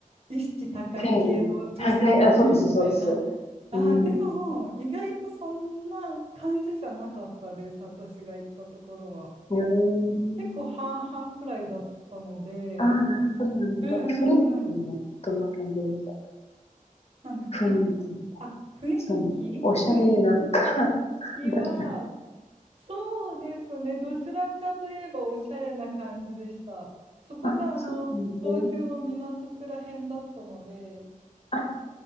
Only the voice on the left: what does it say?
ペン、はいはい、あ、そうです、そうです。
うーん、
うーん。
ああ、なるほど、なるほど。
雰囲気もどんな感じです
雰囲気。
そう。おしゃれなのか、わかんない
な。あ、そうなんですね。
あ、